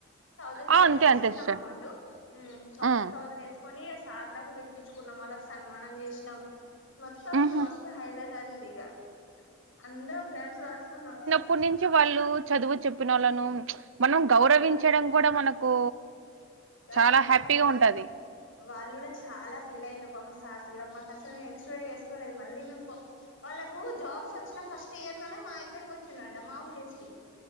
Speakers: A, on the left (about 70°); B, on the right (about 75°).
A: థౌసండ్, థౌసండ్
B: ఆ అంతే
A: వేసుకున్నాం
B: అంతే సిస్టర్
A: అమౌంటు మ్ తౌసండ్ తౌసండ్
B: ఉమ్
A: తౌసండ్ ఎసుకొని ఇగ సార్లకు పిలిపించుకున్నాం వాళ్ళకు సన్మానం చేసినాం మొత్తం
B: ఉహు
A: ఇంకా మస్తు హైలైట్ అయింది ఇగ అందరం ఫ్రెండ్స్ కలుసుకున్నాం
B: అప్పటి నుంచి వాళ్ళు చదువు చెప్పిన వాళ్ళను మనం గౌరవించడం
A: ఆ
B: కూడా మనకు
A: ఆ
B: చాలా హ్యాపీగా
A: ఒకటి అది
B: ఉంటది
A: వాళ్ళు కూడా చాలా ఫీల్ అయిన్రు పాపం సార్స్ కూడా మాకు అసలు మేము ఎక్స్వేడి చేసుకోలేదు మళ్ళీ మేము వాళ్ళకు జాబ్స్ వచ్చిన ఫస్ట్ ఇయర్ లోనే మా ఇక్కడికి వచ్చిండంట మా విలేజ్ కి